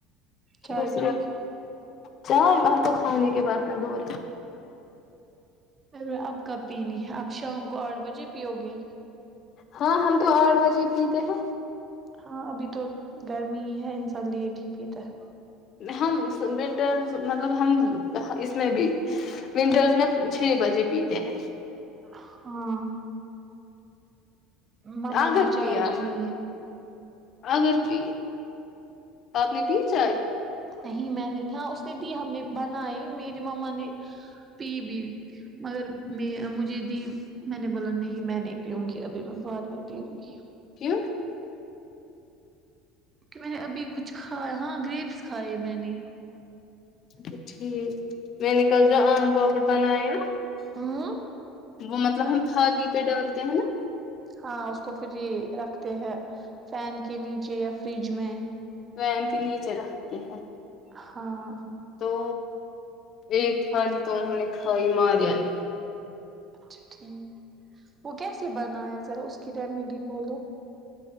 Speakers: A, on the right; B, on the left.
A: چائے
B: بس
A: پی
B: چا تو سونے کے بعد میں دو رہے
A: ار اب کب پینین ہے اپ شام کو آٹھ بجے پیؤ گے
B: ہاں ہم تو آٹھ بجے پیتے ہیں
A: ہاں ابھی تو گرمی ہی ہے انسان لیٹ ہی پیتا ہے
B: ہم ونٹرز مطلب ہم اس میں بھی ونٹرز میں چھ بجے پیتے ہیں
A: ہاں مما
B: اگر
A: نے چاہ
B: پیا
A: تھی
B: اگر کی پپ نے بھی چائے
A: نہیں میں نے ہاں اس نے دی ہم نے بنائی میری ماما نے پی بھی مگر میں مجھے دی میں نے بولا نہیں میں نہیں پیوںں گی ابھی میں بعد میں پیوںں گی
B: کی
A: کہ میں نے ابھی کچھ کھایا ہاں گریبس کھائے میں نے
B: اچ ٹھیک میں نےکل جا آ ب بنایا ن
A: ہوں
B: وہ مطلب ہم تھالی پہ ڈالتے ہیں نا
A: ہاں اس کو پھر رکھتے ہیں فین کے نیچے یا فریج میں
B: وین کے نیچے رکھتے ہیں
A: ہاں
B: وہ ایک تھالی تو انہوں نے کھائی مارانی
A: اچھا ٹھیک وہ کیسے بنایا ذرا اس کی ریمیڈی بولو